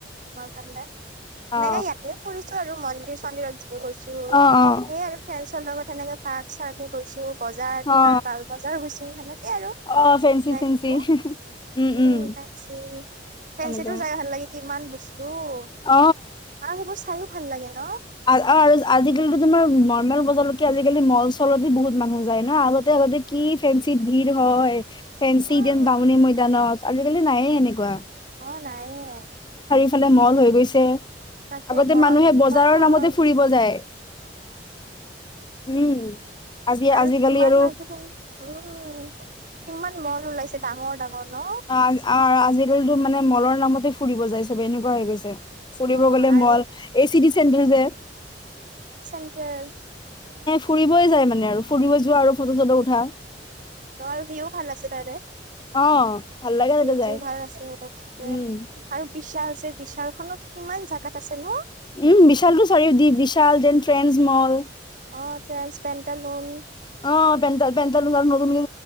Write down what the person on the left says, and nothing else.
অ
অ অ
অ
অ
অ ফেঞ্চি চেঞ্চি
উম
উম
এনেকে
অ
অ আৰু আজিকালিটো তোমাৰ নৰ্মেল বজাৰতকে আজিকালি মল চলতে বহুত মানুহ যায় ন আগতে আগতে কি ফেঞ্চিত ভিৰ হয় ফেঞ্চি
<unintelligible> বামনি মৈদানত আজিকালি নায়ে সেনেকুৱা।
ফালে মল হৈ গৈছে।
আগতে
মানুহে
বজাৰৰ
নামতে ফুৰিব যায় উম। আজি
আজিকালি
আৰু
অ অ আজিকালিতো মানে মলৰ নামতে ফুৰিব যায় চবে এনেকুৱা হৈ গৈছে। ফুৰিব
গলে
মল এ চিটি চেণ্টাৰ যে।
ফুৰিবয় যায় মানে আৰু ফুৰিব যোৱা আৰু ফটো চটো উঠা।
অ ভাল লাগে
তাতে
যাই
উম।
উম বিশালটো চাৰিও দি বিশাল দেন ট্ৰেন্ডছ মল।
অ <unintelligible> নতুনকে